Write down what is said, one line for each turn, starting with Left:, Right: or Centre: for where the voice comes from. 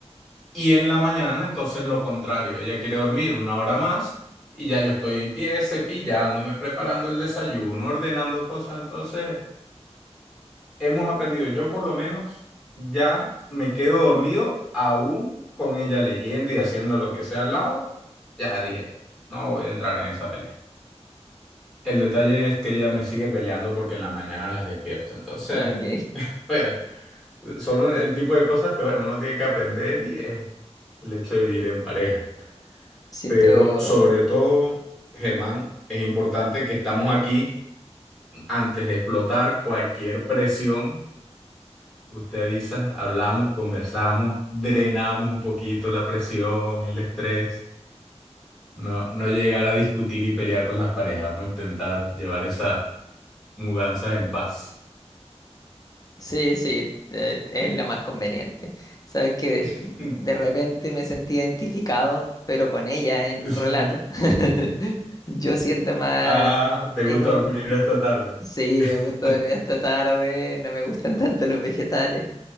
Centre: Y en la mañana, entonces lo contrario, ella quiere dormir una hora más y ya yo estoy en pie, cepillándome, preparando el desayuno, ordenando cosas. Entonces, hemos aprendido, yo por lo menos ya me quedo dormido aún con ella leyendo y haciendo lo que sea al lado. Ya dije, no voy a entrar en esa pelea. El detalle es que ella me sigue peleando porque en las mañanas las despierto. Entonces,
Left: Ah, Ok,
Centre: <laughs> bueno, son el tipo de cosas que, bueno, uno tiene que aprender y es el hecho de vivir en pareja.
Left: siento.
Centre: Pero sobre todo, Germán, es importante que estamos aquí antes de explotar cualquier presión. Usted avisa, hablamos, conversamos, drenamos un poquito la presión, el estrés. No, no llegar a discutir y pelear con las parejas. Vamos a intentar llevar esas mudanzas en paz.
Left: Sí, sí, te- es lo más conveniente. Sabes que
Centre: <laughs>
Left: de repente me sentí identificado, pero con ella en tu
Centre: Sí.
Left: relato. <laughs> Yo siento más,
Centre: Ajá, ¿te
Left: menos,
Centre: gusta dormir esta tarde?
Left: sí,
Centre: <laughs>
Left: me gusta dormir hasta tarde, no me gustan tanto los vegetales.